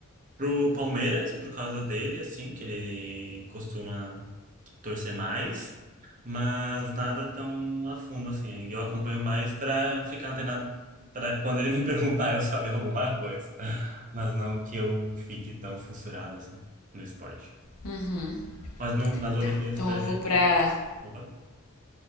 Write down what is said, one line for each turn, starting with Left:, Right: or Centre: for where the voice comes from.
Right: pro Palmeiras, por causa dele, assim, que ele costuma torcer mais, mas nada tão a fundo assim. Aí Eu acompanho mais para ficar antenado para quando ele me <laughs> perguntar eu saber alguma coisa, mas não que eu fique tão fissurado assim no esporte.
Left: Uhum.
Right: Mas no, nas Olimpíadas,
Left: Tá. Então
Right: por
Left: eu
Right: exemplo,
Left: vou pra.
Right: opa.